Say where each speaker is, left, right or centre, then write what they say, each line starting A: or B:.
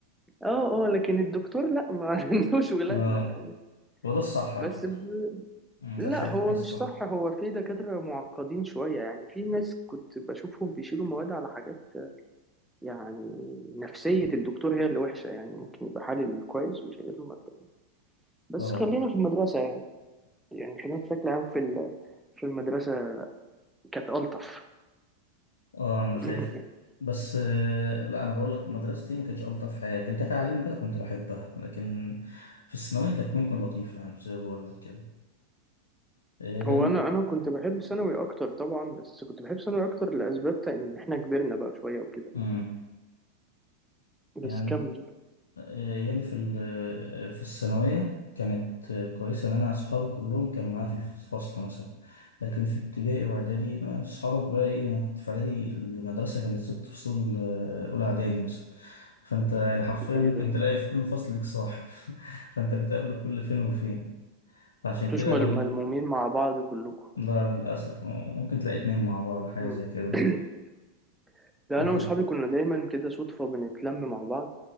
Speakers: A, in the centre; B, on the left.
A: اه اه لكن الدكتور لا ما <laughs> عندوش ولادنا
B: آه وده الصح
A: بس
B: على فكرة
A: ب...
B: أمم،
A: لا
B: ده شايف
A: هو
B: ده الصح
A: مش صح هو في دكاترة معقدين شوية يعني في ناس كنت بشوفهم بيشيلوا مواد على حاجات يعني نفسية الدكتور هي اللي وحشة يعني ممكن يبقى حالل كويس ويشيل له مادة يعني. بس
B: اه
A: خلينا في المدرسة يعني يعني خلينا بشكل عام في ال... في المدرسة كانت ألطف
B: اه انا
A: <clears throat>
B: شايف بس آه، لا انا بقول لك مدرستي ما كانتش الطف حاجه كان كتعليم وكده كنت بحبها لكن في الثانويه كانت ممكن لطيفه يعني زي ما بقول لك كده آه، لان
A: هو انا انا كنت بحب ثانوي اكتر طبعا بس كنت بحب ثانوي اكتر لاسباب تا ان احنا كبرنا بقى شويه وكده
B: مم.
A: فاهم؟ بس
B: يعني
A: كمل
B: أيام في ال- آه، في الثانوية كانت كويسة إن أنا أصحابي كلهم كانوا معايا في الفصل مثلا لكن في ابتدائي وإعدادي ما أصحابك بقى إيه أنا كنت في إعدادي المدرسة كانت ست فصول آه، أولى إعدادي مثلا فأنت يعني حرفيا
A: كتير
B: ممكن تلاقي في كل فصل ليك صاحب <laughs> فأنت بتقابله كل فين وفين فعشان
A: انتوش
B: كده
A: مل-
B: بقول
A: ملمومين
B: لك
A: مع بعض كلكم
B: لا للأسف آه، ممكن تلاقي اتنين مع بعض حاجة
A: مم.
B: زي كده
A: <clears throat> لا
B: لكن
A: انا واصحابي كنا دايما كده صدفه بنتلم مع بعض